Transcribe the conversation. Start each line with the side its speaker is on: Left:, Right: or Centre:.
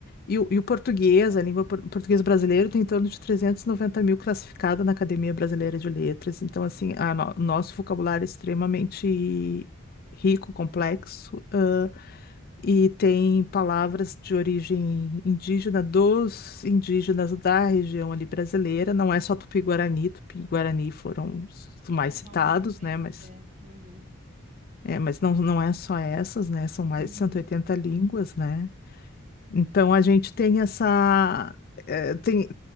Left: E o, e o português, a língua por- o português brasileiro, tem em torno de 390 mil classificada na Academia Brasileira de Letras. Então, assim, a no- nosso vocabulário é extremamente rico, complexo, ãh, e tem palavras de origem indígena dos indígenas da região ali brasileira. Não é só Tupi-Guarani, Tupi-Guarani foram os mais
Right: É só
Left: citados,
Right: uma vertente,
Left: né? Mas
Right: é. Uhum.
Left: é, mas não, não é só essas, né? São mais
Right: Uhum.
Left: de cento e oitenta línguas, né? Então a gente tem essa, eh, tem